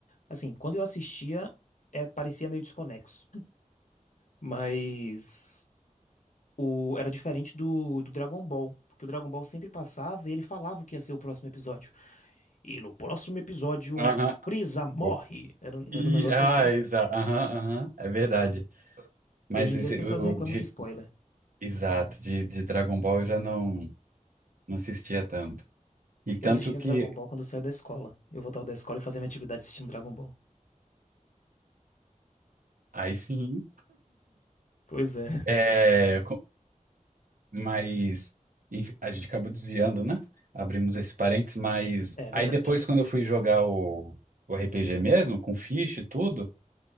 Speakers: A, on the left; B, on the right.
A: assim, quando eu assistia, é, parecia meio desconexo. Mas o, era diferente do, do Dragon Ball, porque o Dragon Ball sempre passava e ele falava o que ia ser o próximo episódio. E no próximo episódio,
B: Aham.
A: Frieza morre.
B: Goku.
A: Era, um-
B: E,
A: era um negócio
B: ah,
A: assim.
B: exato. Aham, aham. É verdade. Mas
A: E hoje em
B: esse,
A: dia as pessoas
B: o,
A: reclamam
B: o de,
A: de spoiler.
B: exato, de, de Dragon Ball eu já não, não assistia tanto. E tanto
A: Eu assistia
B: que,
A: Dragon Ball quando eu saía da escola. Eu voltava da escola e fazia minha atividade assistindo Dragon Ball.
B: aí sim,
A: Pois é,
B: é. Mas enfim, a gente acabou desviando, né? Abrimos esse parênteses, mas
A: é
B: aí
A: verdade.
B: depois, quando eu fui jogar o, o RPG mesmo, com ficha e tudo,